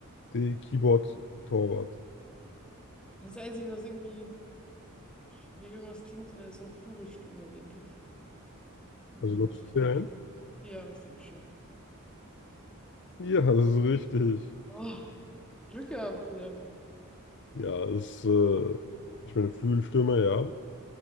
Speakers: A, on the left; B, in the centre.
A: Die Keyboard-Torwart.
B: Das Einzige, was irgendwie wie irgendwas klingt, wäre so ein Flügelstürmer, denke ich. Hm,
A: Also lockst
B: Also ich
A: du
B: denke,
A: sie ein?
B: ja, ich denke schon.
A: Ja, das ist richtig.
B: Oh, Glück gehabt hier.
A: Ja, es ist, äh, ich meine, Flügelstürmer, ja.